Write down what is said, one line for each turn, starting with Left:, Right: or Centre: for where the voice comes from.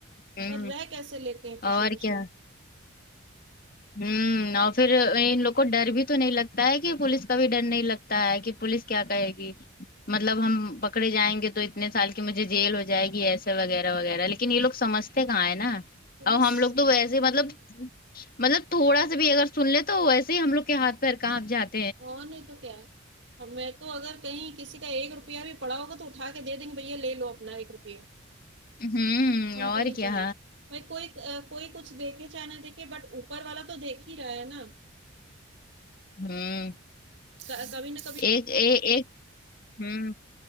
Left: ہوں
Right: اور رہ کیسے لیتے ہیں خوشی
Left: اور
Right: خوشی
Left: کیا ہوں اور پھر ان لوگ کو ڈر بھی تو نہیں لگتا ہے کہ پوولس کا بھی ڈر نہیں لگتا تا ہے کہ پوولس کیا کہے گی مطلب ہم پکڑے جائیں گے تو اتنے سال کی مجھے جیل ہو جائے گی ایسے وغیرہ وغیرہ لیکن یہ لوگ سمجتے کہاں ہے نا
Right: پولیس
Left: ا ہم لوگ تو ویسے ہی مطلب مطلب تھوڑا سا بھی اگر سن لے تو ویسے ہی ہم لوگ کے ہاتھ پیر کہاں جات
Right: اور نہیں تو کیا میں تو اگر کہیں کسی کا ایک روپیہ بھی پڑا ہوگا تو اٹھا کے دے دیں گے بھیا لے لو اپنا ایک روپیہ
Left: ہوں
Right: ہم
Left: اور
Right: کو نہیں
Left: کیا
Right: چاہیے بائی کوئی کوئی کچھ دیکھے چاہے نہ دیکھے بٹ اوپر والا تو دیکھ ہی رہا ہے نا
Left: ہوں
Right: کہ کبھی نہیں
Left: ایک ایک ایک ہوں